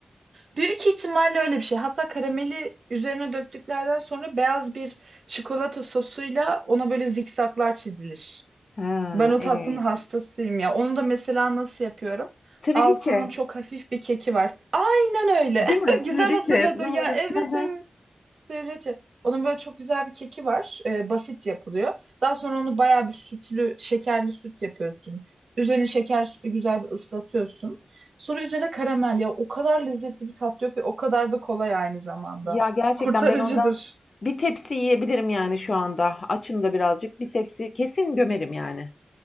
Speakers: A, on the right; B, on the left.
A: Büyük ihtimalle öyle bir şey. Hatta karameli üzerine döktüklerden sonra beyaz bir çikolata sosuyla ona böyle zikzaklar çizilir.
B: Ha,
A: Ben o
B: evet.
A: tatlının hastasıyım ya. Onu da mesela nasıl yapıyorum?
B: Triliçe.
A: Altının çok hafif bir keki var. Aynen öyle.
B: Değil mi?
A: <laughs> Güzel
B: Triliçe.
A: hatırladın
B: <laughs> Doğru.
A: ya. Evet
B: Hı hı.
A: evet. Trileçe. Onun böyle çok güzel bir keki var. Ee, basit yapılıyor. Daha sonra onu bayağı bir sütlü, şekerli süt yapıyorsun. Üzerine şeker sütü güzel bir ıslatıyorsun. Sonra üzerine karamel ya. O kadar lezzetli bir tat yok ve o kadar da kolay aynı zamanda.
B: Ya gerçekten
A: Kurtarıcıdır.
B: ben ondan bir tepsi yiyebilirim yani şu anda. Açım da birazcık. Bir tepsi kesin gömerim yani.